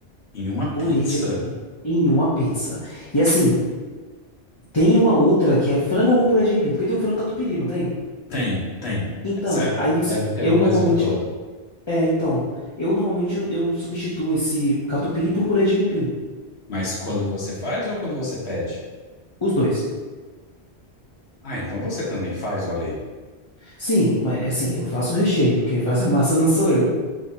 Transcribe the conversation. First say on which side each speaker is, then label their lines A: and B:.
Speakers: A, on the left; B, on the left.
A: em uma pizza?
B: Purê de aipim em uma pizza. E assim, tem uma outra que é frango com purê de aipim, porque tem o frango catupiry, não tem?
A: Tem, tem.
B: Então,
A: Essa é,
B: aí você,
A: deve ter
B: eu
A: no Brasil
B: normalmente,
A: todo.
B: é, então, eu normalmente eu substituo esse catupiry por purê de aipim.
A: Mas quando você faz ou quando você pede?
B: Os dois.
A: Ah, então você também faz, olha aí. <laughs>
B: Sim, mas assim, eu faço o recheio. Quem faz a massa não sou eu.